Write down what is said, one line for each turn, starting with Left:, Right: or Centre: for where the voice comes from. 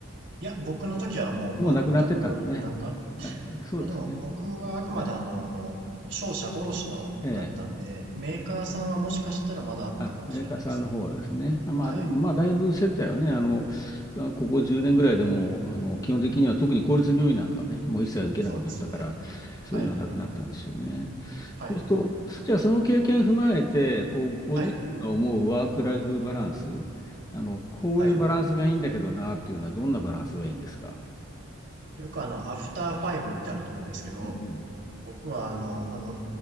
Right: いや、僕の時はもう全くなかっ
Left: もう亡くなってたんでね。あそうですね。
Right: まあ、でも僕はあくまであの、
Left: ええ。
Right: 商社卸のだったんで、
Left: ええ
Right: メーカーさんはもしかしたらまだあったかもしれないですね。
Left: あ、メーカーさんの方はですね。あまあ、
Right: はい。
Left: でも、まあ、だいぶ接待はね、あの、あここ10年ぐらいでも、あの、基本的には特に公立病院なんかはね、もう一切受けなくなったから、
Right: そうですね。
Left: そういうのはなくなったんですよね。
Right: はい。はい。
Left: そうすると、じゃあその経験を踏まえて、こう、ご自身が思うワークライフバランス、
Right: はい。
Left: あの、こういうバランスがいいんだけどなっていうのはどんなバランスがいいんですか
Right: はい。よくあの、アフターファイブってあると思うんですけど、
Left: うんう
Right: 僕はあの、あの、